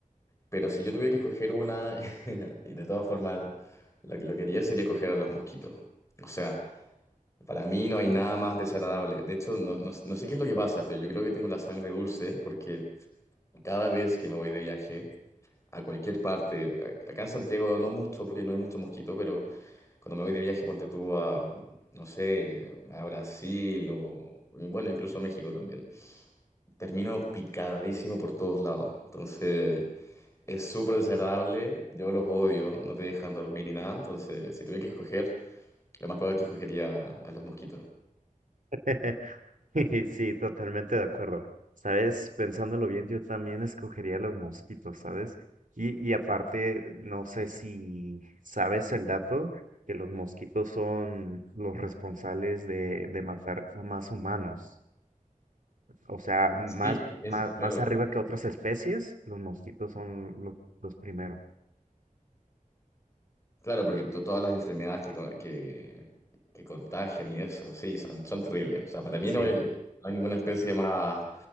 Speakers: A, on the left (about 20°); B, on the right (about 65°).
A: pero si yo tuviera que escoger una, <laughs> y de todas formas lo que lo quería sería escoger a los mosquitos. O sea, para mí no hay nada más desagradable. De hecho, no, no, no sé qué es lo que pasa, pero yo creo que tengo la sangre dulce porque cada vez que me voy de viaje a cualquier parte, a- acá en Santiago no mucho porque no hay mucho mosquito, pero... Cuando me voy de viaje, ponte tú a, no sé, a Brasil o, bueno, incluso a México también. Termino picadísimo por todos lados. Entonces, es súper desagradable. Yo los odio, no te dejan dormir ni nada. Entonces, si tuviera que escoger, lo más probable es que escogería a los mosquitos.
B: <laughs> <laughs> Sí, totalmente de acuerdo. Sabes, pensándolo bien, yo también escogería los mosquitos, ¿sabes? Y, y aparte, no sé si sabes el dato, que los mosquitos son los responsables de, de matar a más humanos. O sea, más,
A: Sí, es,
B: más, más
A: Claro,
B: arriba que otras especies, los mosquitos son los, los primeros.
A: claro, porque to- todas las enfermedades que, con- que, que contagian y eso, sí, son, son terribles. O sea, para mí
B: Sí,
A: no hay, no hay ninguna especie más